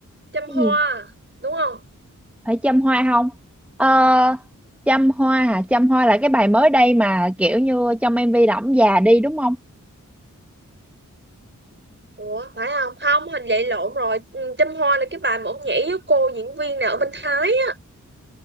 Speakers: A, on the right; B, in the centre.
A: chăm
B: cái
A: hoa
B: gì
A: đúng không
B: phải chăm hoa không ờ chăm hoa hả chăm hoa là cái bài mới đây mà kiểu như trong MV là ổng già đi đúng không
A: ủa phải không không hình vậy lộn rồi ừ, chăm hoa là cái bài mà ông nhảy với cô diễn viên nào ở bên Thái á